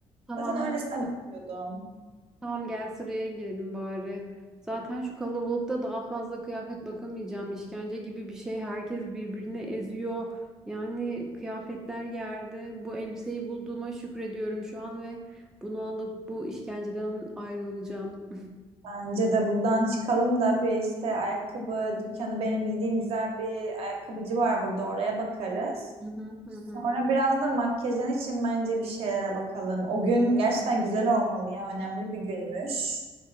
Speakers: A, in the centre; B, on the right.
A: Tamam,
B: Zaten öylesine bakıyordum.
A: tamam gel sıraya girelim bari. Zaten şu kalabalıkta daha fazla kıyafet bakamayacağım. İşkence gibi bir şey. Herkes birbirini eziyor. Yani kıyafetler yerde. Bu elbiseyi bulduğuma şükrediyorum şu an ve bunu alıp bu işkenceden ayrılacağım.
B: Bence de buradan çıkalım da bir işte ayakkabı dükkanı benim bildiğim güzel bir ayakkabıcı var burada oraya bakarız.
A: <laughs> Hı hı hı.
B: Sonra
A: hı.
B: biraz da makyajın için bence bir şeylere bakalım. O gün gerçekten güzel olmalı ya. Önemli bir günmüş.